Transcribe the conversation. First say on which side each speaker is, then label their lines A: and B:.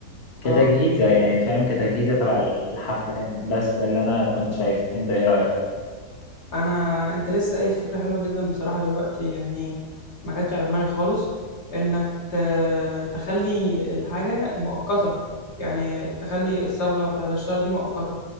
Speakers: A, on the left; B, on the left.
A: كتجهيزة
B: اه
A: يعني فاهم كتجهيزة تبع الحفلة يعني بس ده اللي انا كنت شايفه انت ايه رأيك؟
B: انا انت لسه قايل فكره حلوه جدا بصراحه دلوقتي يعني ما جاتش على دماغي خالص انك ت... تخلي الحاجه مؤقته يعني تخلي الصبغه بتاعت الشعر دي مؤقته